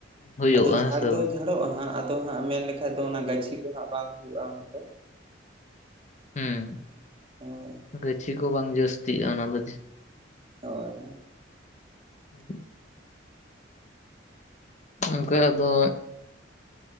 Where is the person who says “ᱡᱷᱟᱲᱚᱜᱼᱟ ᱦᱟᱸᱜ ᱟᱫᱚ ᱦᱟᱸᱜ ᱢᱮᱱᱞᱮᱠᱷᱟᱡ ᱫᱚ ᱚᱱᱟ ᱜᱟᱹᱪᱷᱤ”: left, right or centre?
Right